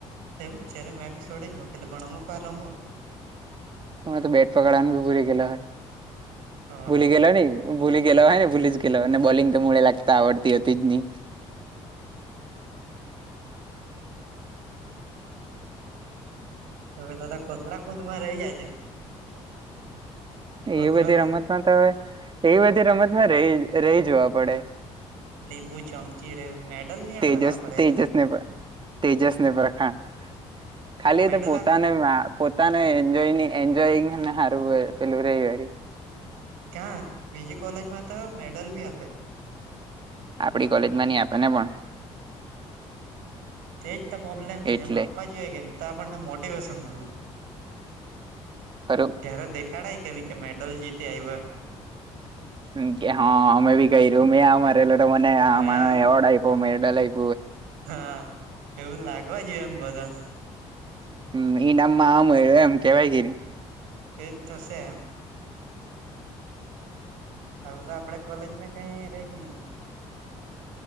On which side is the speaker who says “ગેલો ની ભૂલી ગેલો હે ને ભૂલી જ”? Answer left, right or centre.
Right